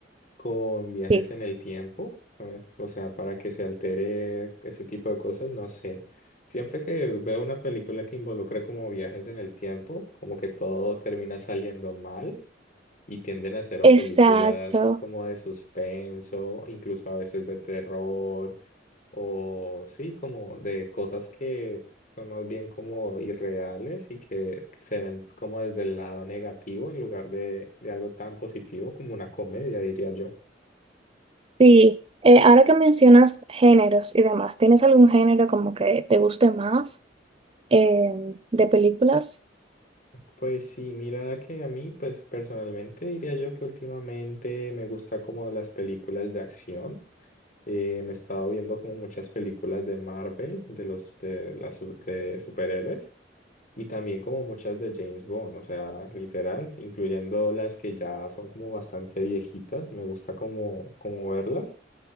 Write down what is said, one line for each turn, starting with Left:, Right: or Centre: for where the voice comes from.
Left: con viajes
Right: Sí.
Left: en el tiempo, ¿sabes? O sea, para que se altere ese tipo de cosas, no sé. Siempre que veo una película que involucra como viajes en el tiempo, como que todo termina saliendo mal y tienden a hacer o
Right: Exacto,
Left: películas como de suspenso, incluso a veces de terror, o sí, como de cosas que son más bien como irreales y que se ven como desde el lado negativo en lugar de, de algo tan positivo como una comedia, diría yo.
Right: sí. Eh, ahora que mencionas géneros y demás, ¿tienes algún género como que te guste más eh, de películas?
Left: Pues sí, mira que a mí, pues personalmente diría yo que últimamente me gusta como las películas de acción. Eh, me he estado viendo como muchas películas de Marvel, de los de las su- de superhéroes y también como muchas de James Bond, o sea, literal, incluyendo las que ya son como bastante viejitas. Me gusta como como verlas